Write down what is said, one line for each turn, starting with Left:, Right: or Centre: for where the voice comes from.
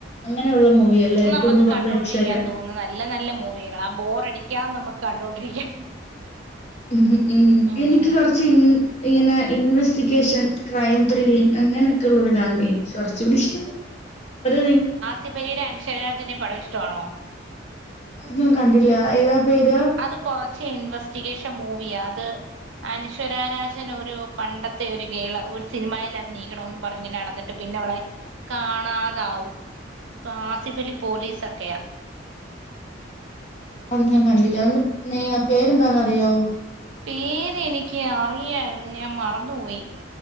Left: അങ്ങനെയുള്ള മൂവിയ ഇല്ലെ
Right: നമുക്ക്
Left: കുടുംബ
Right: കണ്ടോണ്ടിരിക്കാൻ
Left: പ്രേക്ഷക
Right: തോന്നുന്ന നല്ല നല്ല മൂവികള ബോറടിക്കാന്ന് നമ്മുക്ക് കണ്ടോണ്ടിരിക്കാം
Left: ഉം ഉം
Right: ഉം
Left: എനിക്ക് കൊറച്ച് ഇൻ ഇങ്ങനെ ഇൻവെസ്റ്റിഗേഷൻ ക്രൈം ത്രില്ലിംങ് അങ്ങനൊക്കെ ഉള്ളവിടാണ് എനിക്ക് കൊർ ചൂടി ഇഷ്ട്ടം. അപ്പത്
Right: സിഫലിടെ അൻഷര രാജനെ പടം ഇഷ്ടമാണോ?
Left: അത് ഞാൻ കണ്ടില്ല ഏതാ പേര്?
Right: അത് കൊറച്ച് ഇൻവെസ്റ്റിഗേഷൻ മൂവിയ അത് അനശ്വര രാജൻ ഒരു പണ്ടത്തെ ഒരു ഗേള് ഒരു സിനിമയിൽ അഭിനയിക്കണമന്ന് പറഞ്ഞിങ്ങനെ നടന്നി പിന്നെ അവളെ കാണാതാവും ഇപ്പൊ ആസിഫലി പോലീസൊക്കെയാ
Left: അത് ഞാൻ കണ്ടില്ല അതിന്റെ നേയ പേരെന്താന്നറിയോ?
Right: പേര് എനിക്ക് അറിയാര്ന്നു ഞാൻ മറന്നുപോയി.